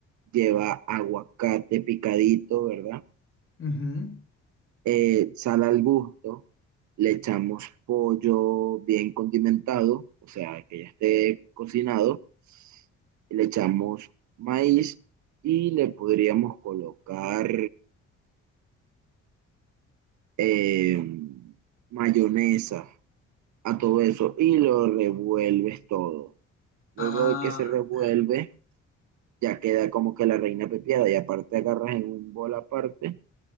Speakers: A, on the right; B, on the left.
A: Lleva aguacate picadito, ¿verdad?
B: Ujú.
A: Eh, sal al gusto. Le echamos pollo bien condimentado, o sea, que ya esté cocinado. Y le echamos maíz y le podríamos colocar eh, mayonesa. a todo eso y lo revuelves todo.
B: Ah,
A: Luego de que se revuelve,
B: ya.
A: ya queda como que la reina pepiada y aparte agarras en un bol aparte,